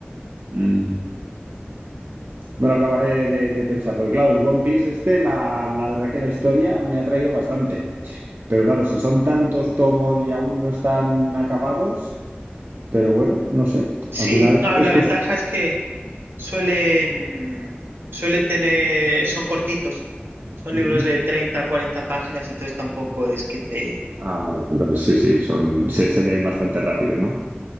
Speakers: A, on the right; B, on the right.
A: Mm. Me lo acabaré de, de pensar, porque claro, el One Piece este, la, la verdad que la historia me ha traído bastante. Pero claro, si son tantos tomos y aún no están acabados, pero bueno, no sé,
B: Sí,
A: al final
B: no, a
A: es,
B: ver, la
A: es
B: ventaja
A: cuest-
B: es que suelen, suelen tener, son cortitos, son
A: Ujú.
B: libros de 30, 40 páginas, entonces tampoco es que te
A: Ah, vale, entonces sí, sí, son, se, se leen bastante rápido, ¿no?